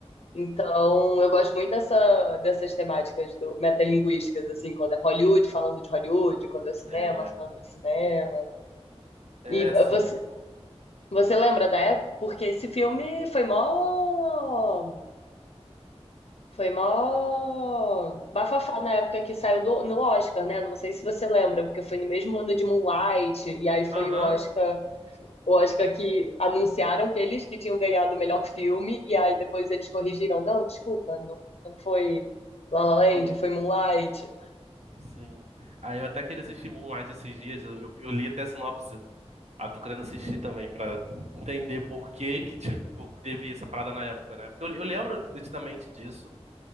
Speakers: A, on the left; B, on the right.
A: Então,
B: uhum.
A: eu gosto muito dessa, dessas temáticas do, metalinguísticas, assim, quando é Hollywood falando de Hollywood, quando é o cinema
B: É,
A: falando do cinema.
B: é,
A: E
B: sim,
A: você,
B: pô.
A: você lembra da época? Porque esse filme foi mó. Foi mó. Bafafá na época que saiu do- no Oscar, né? Não sei se você lembra, porque foi no mesmo ano de Moonlight, e aí foi
B: Aham,
A: o Oscar. O Oscar que anunciaram que eles que tinham ganhado o melhor filme, e aí depois eles corrigiram. Não, desculpa, não, não foi La La Land,
B: sim,
A: foi Moonlight.
B: sim. Aí eu até queria assistir Moonlight esses dias, eu, eu eu li até a sinopse. Ah, tô querendo assistir também, pra entender por que que, tipo, teve essa parada na época, né? Porque eu, eu lembro nitidamente disso,